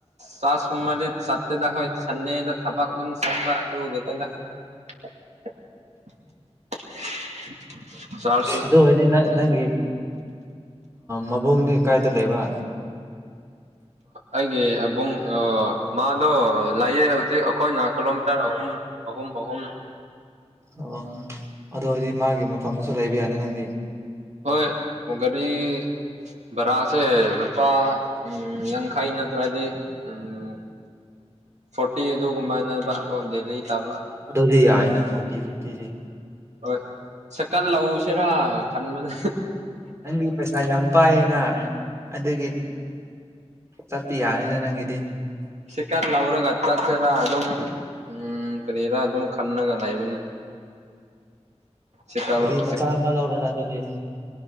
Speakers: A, on the right; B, on the right.
A: ꯆꯥꯛ ꯀꯃꯥꯗꯤ ꯆꯠꯇꯦꯗ ꯍꯣꯏ ꯁꯟꯗꯦꯗ ꯊꯕꯛ ꯑꯗꯨꯝ ꯆꯠꯄ <unintelligible> ꯆꯔꯁꯨ
B: ꯑꯗꯨ ꯑꯣꯏꯔꯗꯤ ꯅꯪ ꯅꯪꯒꯤ ꯃꯕꯨꯡꯗꯤ ꯀꯥꯏꯗ ꯂꯩꯕ
A: ꯑꯩꯒꯤ ꯏꯕꯨꯡ ꯃꯥꯗꯣ ꯂꯥꯏꯌꯦ ꯍꯧꯖꯤꯛ ꯑꯩꯈꯣꯏꯅ ꯀꯤꯂꯣꯃꯤꯇꯔ ꯑꯍꯨꯝ ꯑꯍꯨꯝ ꯑꯍꯨꯝ
B: ꯑꯣ ꯑꯗꯨ ꯑꯣꯏꯗꯤ ꯃꯥꯒꯤ ꯃꯐꯝꯗꯨꯁꯨ ꯂꯩꯕ ꯌꯥꯅꯤ ꯅꯪꯗꯤ
A: ꯍꯣꯏ ꯃꯒꯅꯤ ꯕꯔꯥꯁꯦ ꯂꯨꯄꯥ ꯎꯝ ꯌꯥꯡꯈꯩ ꯅꯠꯇ꯭ꯔꯗꯤ ꯎꯝ ꯐꯣꯔꯇꯤ ꯑꯗꯨꯒꯨꯝꯕꯅ ꯗꯦꯂꯤ ꯇꯥꯕ
B: ꯑꯗꯨꯗꯤ ꯌꯥꯏꯅ ꯐꯣꯔꯇꯤ ꯐꯤꯐꯇꯤꯁꯤ
A: ꯍꯣꯏ ꯁꯦꯀꯟ ꯂꯧꯁꯤꯔꯥ ꯈꯟꯕꯗ
B: ꯅꯪꯒꯤ ꯄꯩꯁꯥ ꯌꯥꯝ ꯄꯥꯏꯌꯦꯅ ꯑꯗꯨꯒꯤ ꯆꯠꯄꯤ ꯌꯥꯅꯤꯅ ꯅꯪꯒꯤꯗꯤ
A: ꯁꯤꯀꯠ ꯂꯧꯔꯒ ꯆꯠꯁꯤꯔꯥ ꯑꯗꯨꯝ ꯎꯝ ꯀꯔꯤꯔꯥ ꯑꯗꯨꯝ ꯈꯟꯅꯂꯒ ꯂꯩꯕꯅꯤ ꯁꯥꯏꯀꯜ
B: ꯑꯔꯤ ꯃꯆꯥ ꯑ ꯑꯃ ꯂꯧ ꯑꯣꯔꯅ ꯂꯩ